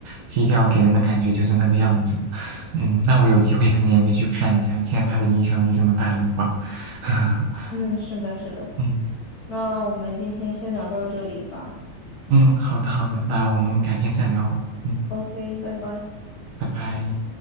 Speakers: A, on the right; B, on the left.
A: 基调给人的感觉就是那个样子的嗯，那我有机会肯定也会去看一下，既然它的影响力这么大的话。<laughs>
B: 嗯，是的，是的。
A: 嗯
B: 那我们今天先聊到这里吧。
A: 嗯，好的好的，那我们改天再聊。嗯，
B: OK，拜拜。
A: 拜拜。